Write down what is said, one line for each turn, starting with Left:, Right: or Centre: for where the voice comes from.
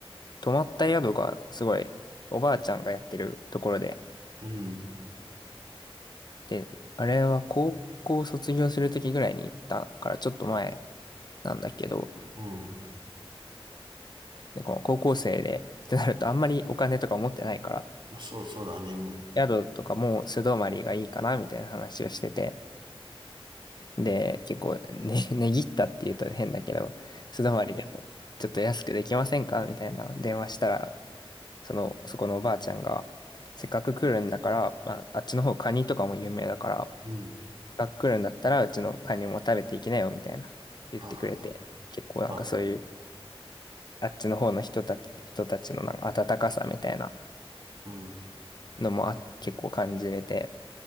Left: 泊まった宿がすごいおばあちゃんがやってるところで、
Right: うん。
Left: で、あれは高校卒業するときぐらいに行ったからちょっと前なんだけど、
Right: うん。
Left: で、この高校生でってなるとあんまりお金とか持ってないから、
Right: そう、そうだね。うん。
Left: 宿とかもう素泊まりがいいかなみたいな話をしてて、で、結構ね、<laughs> ねぎったって言うと変だけど、素泊まりでもちょっと安くできませんかみたいな電話したら、その、そこのおばあちゃんが、せっかく来るんだから、まあ、あっちの方カニとかも有名だから、
Right: うん。
Left: が来るんだったら、うちのカニも食べていきなよ、みたいな言ってくれて、
Right: ああ、やっ
Left: 結構なんかそういう、
Right: ぱ、
Left: あっちの方の人たち、人たちのなんか温かさみたいな
Right: うん。
Left: のもあ、結構感じれて、